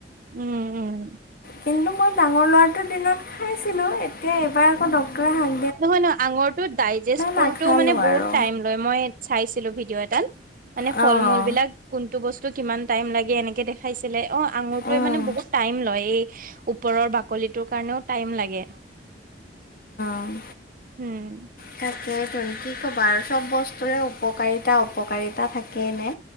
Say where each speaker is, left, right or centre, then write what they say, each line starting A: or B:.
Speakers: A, on the right; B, on the left.
A: উম- উম।
B: কিন্তু মই ডাঙৰ ল'ৰাটোৰ দিনত খাইছিলোঁ, এতিয়া এইবাৰ আকৌ ডক্টৰে হাক
A: নহয় নহয় আঙুৰটো ডাইজেষ্ট
B: নাখালোঁ
A: কৰোতেও মানে বহুত
B: আৰু
A: টাইম, মই চাইছিলো ভিডিঅ এটাত মানে
B: অঁ
A: ফল মূল বিলাক, কোনটো বস্তু কিমান টাইম লাগে এনেকে দেখে খাইছিলে অ আঙুৰটোয়ে
B: উম,
A: মানে
B: উম,
A: বহুত টাইম লয় এই ওপৰৰ বাক কলিটোৰ কাৰণেও টাইম লাগে।
B: অহ',
A: উম
B: তাকে টোন কি কবা আৰু চব বস্তুৰে উপকাৰিতা -অপকাৰিতা থাকে নে।